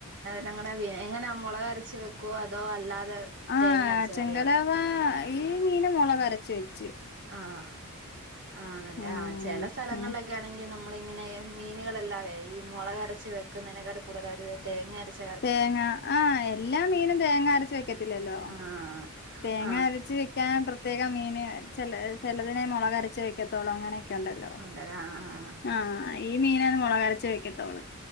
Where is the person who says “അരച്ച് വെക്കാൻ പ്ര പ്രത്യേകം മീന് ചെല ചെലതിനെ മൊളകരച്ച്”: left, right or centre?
Left